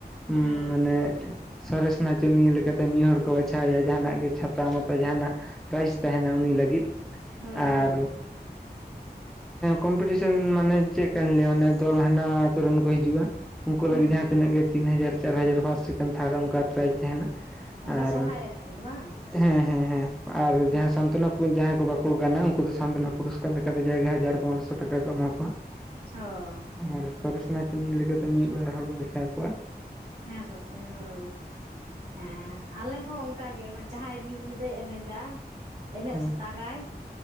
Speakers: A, in the centre; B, on the right (about 65°).
A: ᱩᱸᱢ
B: ᱦᱮᱸ
A: ᱢᱟᱱᱮ ᱥᱚᱨᱮᱥ ᱱᱟᱪᱚᱱᱤᱭᱟᱹ ᱞᱮᱠᱟᱛᱮ ᱢᱤᱫ ᱦᱚᱲ ᱠᱚ ᱵᱟᱪᱷᱟᱣ ᱮᱭᱟ ᱡᱟᱦᱟᱱᱟᱜ ᱜᱮ ᱪᱷᱟᱛᱟ ᱢᱟᱛᱟ ᱡᱟᱦᱟᱱᱟᱜ ᱯᱨᱟᱭᱤᱡ ᱛᱟᱦᱮᱱᱟ᱾ ᱩᱱᱤ ᱞᱟᱹᱜᱤᱫ
B: ᱦᱳᱭ ᱦᱳᱭ
A: ᱟᱨ ᱠᱚᱢᱯᱤᱴᱤᱥᱮᱱ ᱢᱟᱱᱮ ᱪᱮᱫ ᱠᱟᱱ ᱞᱟᱹᱭᱟ ᱚᱱᱮ ᱫᱚᱞ ᱦᱟᱸᱰᱮ ᱱᱟ ᱟᱛᱳ ᱨᱮᱱ ᱠᱚ ᱦᱤᱡᱩᱜ-ᱟ᱾ ᱩᱱᱠᱩ
B: ᱦᱩᱸ
A: ᱞᱟᱹᱜᱤᱫ ᱡᱟᱦᱟᱸ
B: ᱦᱩᱸ
A: ᱛᱤᱱᱟᱹᱜ ᱜᱮ ᱛᱤᱱ ᱦᱟᱡᱟᱨ ᱪᱟᱨ ᱦᱟᱡᱟᱨ ᱯᱷᱟᱥᱴ ᱥᱮᱠᱮᱱᱰ ᱛᱷᱟᱨᱰ ᱚᱱᱠᱟ ᱯᱨᱟᱭᱤᱡ ᱛᱟᱦᱮᱱᱟ᱾
B: ᱚᱱᱠᱟ
A: ᱟᱨ
B: ᱥᱚᱨᱦᱟᱭ ᱮᱱᱮᱡ ᱨᱮᱫᱚ ᱵᱟᱝ?
A: ᱦᱮᱸ ᱦᱮᱸ ᱦᱮᱸ ᱟᱨ ᱡᱟᱦᱟᱸ-
B: ᱦᱳᱭ
A: ᱚᱛᱟᱱᱟᱯᱩ ᱡᱟᱦᱟᱸᱭ ᱠᱚ ᱵᱟᱠᱚ ᱜᱟᱱᱟ ᱩᱱᱠᱩ ᱫᱚ ᱥᱟᱱᱛᱚᱱᱟ ᱯᱩᱨᱚᱥᱠᱟᱨ ᱞᱮᱠᱟᱛᱮ ᱡᱟᱭᱜᱟ ᱦᱟᱡᱟᱨ ᱯᱚᱱᱚᱨᱚᱥᱚ ᱴᱟᱠᱟ ᱠᱚ ᱮᱢᱟ ᱠᱚᱣᱟ᱾
B: ᱦᱚᱸ᱾
A: ᱟᱨ ᱥᱚᱨᱮᱥᱱᱟ ᱪᱤᱱᱤ ᱞᱮᱠᱟᱛᱮ ᱢᱤᱫ ᱵᱟᱨ ᱦᱚᱲ ᱠᱚ ᱵᱟᱪᱷᱟᱣ ᱠᱚᱣᱟ᱾
B: ᱦᱮᱸ ᱫᱚ ᱥᱮ ᱦᱳᱭ ᱦᱮᱸ᱾ ᱟᱞᱮ ᱦᱚᱸ ᱚᱝᱠᱟ ᱜᱮ ᱢᱮ ᱡᱟᱦᱟᱸᱭ ᱢᱤᱫ ᱧᱤᱫᱟᱹᱭ ᱮᱱᱮᱡᱟ ᱮᱱᱮᱡ
A: ᱦᱮᱸ
B: ᱥᱮᱛᱟᱜᱟᱭ,